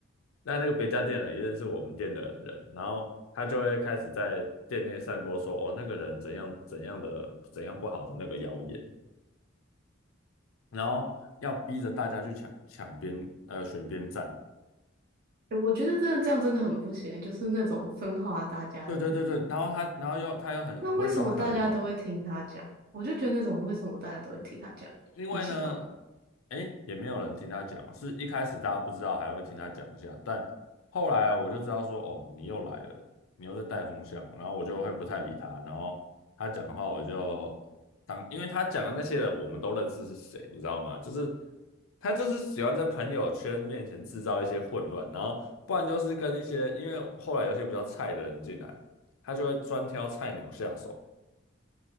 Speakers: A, on the left; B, on the right.
A: 那那个别家店的人也认识我们店的人，然后他就会开始在店内散播说，哦，那个人怎样怎样的怎样不好的那个谣言，然后要逼着大家去抢抢边呃选边站。
B: 诶我觉得真的这样真的很不行，就是那种分化大家的。
A: 对对对对，然后他然后又他又很很会装可怜，
B: 那为什么大家都会听他讲？我就觉得那种为什么大家都会听他讲，
A: 因为呢，
B: 很奇怪。
A: 哎，也没有人听他讲，是一开始大家不知道，还会听他讲一下，但后来我就知道说，哦，你又来了，你又在带风向，然后我就会不太理他，然后他讲的话我就当，因为他讲的那些人我们都认识是谁，你知道吗？就是他就是喜欢在朋友圈面前制造一些混乱，然后不然就是跟一些，因为后来有些比较菜的人进来，他就会专挑菜鸟下手，